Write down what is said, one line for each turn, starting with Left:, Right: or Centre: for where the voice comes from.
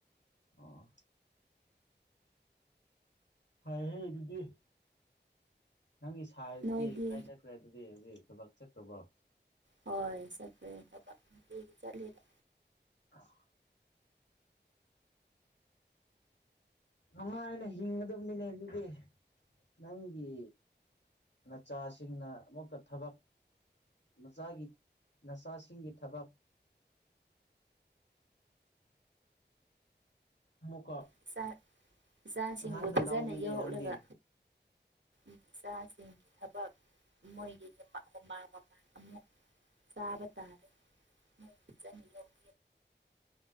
Left: ꯑꯣ ꯐꯩꯍꯦ ꯑꯗꯨꯗꯤ ꯅꯪꯒꯤ ꯁꯥꯏꯗꯨꯗꯤ
Right: ꯅꯣꯏꯗꯤ
Left: ꯀꯥꯏ ꯆꯠꯈ꯭ꯔꯦ ꯑꯗꯨꯗꯤ ꯍꯧꯖꯤꯛ ꯊꯕꯛ ꯆꯠꯈ꯭ꯔꯕ‌ꯣ
Right: ꯍꯣꯏ ꯆꯠꯈꯔ‌ꯦ ꯊꯕꯛ ꯅꯨꯡꯇꯤꯒꯤ ꯆꯠꯂꯤꯗ
Left: ꯑꯁ ꯅꯨꯡꯉꯥꯏꯅ ꯍꯤꯡꯒꯗꯕꯅꯤꯅꯦ ꯑꯗꯨꯗꯤ ꯅꯪꯒꯤ ꯅꯆꯥꯁꯤꯡꯅ ꯑꯃꯨꯛꯀ ꯊꯕꯛ ꯅꯆꯥꯒꯤ ꯅꯆꯥꯁꯤꯡꯒꯤ ꯊꯕꯛ ꯑꯃꯨꯛꯀ
Right: ꯏꯆꯥ ꯏꯆꯥꯁꯤꯡꯕꯨ
Left: ꯉꯟꯅ
Right: ꯐꯖꯅ
Left: ꯂꯧꯅꯤꯅꯦ
Right: ꯌꫭꯛꯂꯒ
Left: ꯅꯪꯗꯤ
Right: ꯏꯆꯥꯁꯤꯡꯒꯤ ꯊꯕꯛ ꯃꯣꯏꯒꯤ ꯃꯃꯥ ꯃꯄꯥ ꯑꯃꯨꯛ ꯆꯥꯕ ꯇꯥꯔꯦ ꯃꫭꯏ ꯄꯤꯖꯅꯤꯡꯉꫭꯏ